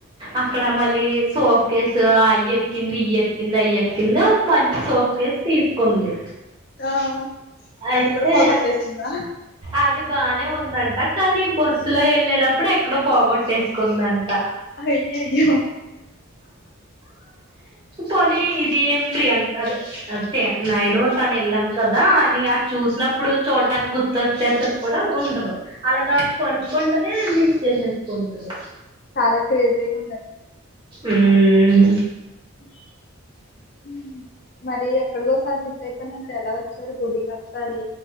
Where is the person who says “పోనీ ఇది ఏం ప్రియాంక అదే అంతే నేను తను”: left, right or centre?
Right